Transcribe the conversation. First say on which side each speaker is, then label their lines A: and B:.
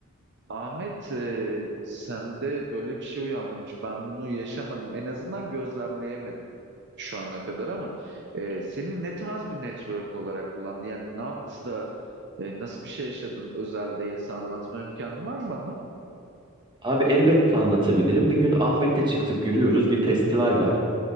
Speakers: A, on the right; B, on the right.
A: Ahmet, e, sende böyle bir şey uyandırmış. Ben bunu yaşamadım. En azından gözlemleyemedim şu ana kadar ama e, senin ne tarz bir network olarak kullandın? Yani ne yaptı da e, nasıl bir şey yaşadın? Özel değilse anlatma imkanın var mı bana?
B: Abi elbette anlatabilirim. Bir gün Ahmet'le çıktık yürüyoruz. Bir festival var.